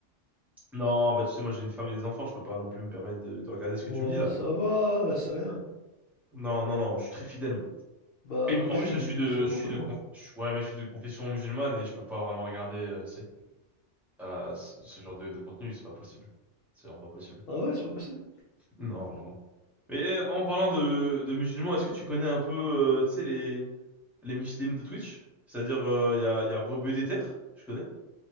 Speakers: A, in the centre; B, on the left.
A: Non, bah tu sais, moi j'ai une femme et des enfants, je peux pas non plus me permettre de, de regarder ce
B: Bon,
A: que tu me dis là.
B: ça va, c'est rien.
A: Non, non, non, je suis très fidèle. moi.
B: Bah,
A: Et
B: moi,
A: en
B: je suis,
A: plus, je suis de,
B: je suis en couple,
A: je suis de,
B: moi.
A: conf- je- ouais, mais je suis de confession musulmane et je peux pas vraiment regarder, euh, tu sais. à ce ce genre de, de contenu, c'est pas possible. C'est vraiment pas possible.
B: Ah ouais, c'est pas possible.
A: Non, non. Mais eh, en parlant de, de musulmans, est-ce que tu connais un peu, euh, tu sais, les, les muslims de Twitch? C'est-à-dire, il y a, y a Rebeu des Terres, je connais.